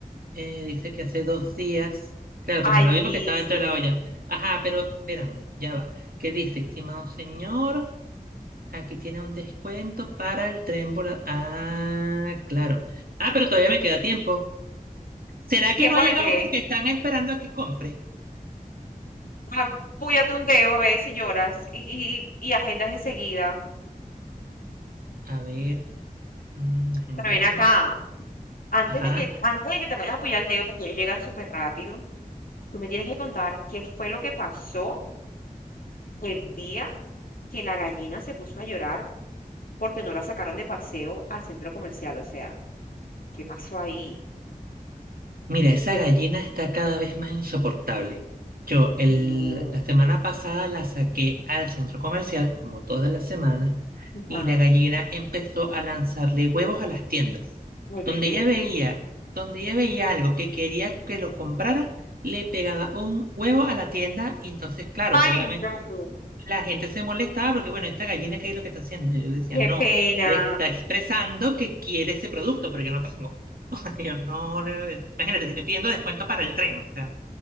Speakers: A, on the right (about 80°); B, on the left (about 70°).
A: eh, dice que hace dos días. Claro, pero
B: Ay,
A: no la vi
B: viste.
A: porque estaba dentro de la olla. Ajá, pero espérame, ya va. ¿Qué dice, estimado señor? Aquí tiene un descuento para el tren volador. Ah, claro. Ah, pero todavía me queda tiempo. ¿Será que
B: ¿Tiempo
A: no ha llegado
B: de qué?
A: porque están esperando a que compre?
B: Ah, púyate un dedo, ves y lloras y, y, y agendas enseguida.
A: A ver, mm, agendemos.
B: Pero ven acá. Antes
A: Ajá.
B: de que, antes de que te vayas a apoyar el dedo, porque ellos llegan súper rápido, tú me tienes que contar qué fue lo que pasó el día que la gallina se puso a llorar porque no la sacaron de paseo al centro comercial. O sea, ¿qué pasó ahí?
A: Mira, esa
B: Yo,
A: gallina está cada vez más insoportable. Yo el,
B: no.
A: la semana pasada la saqué al centro comercial, como todas las semanas,
B: Ajá.
A: y la gallina empezó a lanzarle huevos a las tiendas.
B: Ay, no
A: Donde
B: inventes.
A: ella veía, donde ella veía algo que quería que lo comprara, le pegaba un huevo a la tienda, y entonces, claro,
B: Ay,
A: obviamente
B: no.
A: la gente se molestaba porque, bueno, esta gallina, ¿qué es lo que está haciendo? Y yo le decía,
B: Qué
A: no,
B: pena,
A: le está expresando que quiere ese producto, pero yo no tengo. <laughs> O sea, Yo no le... Imagínate, si estoy pidiendo descuento para el tren, o sea,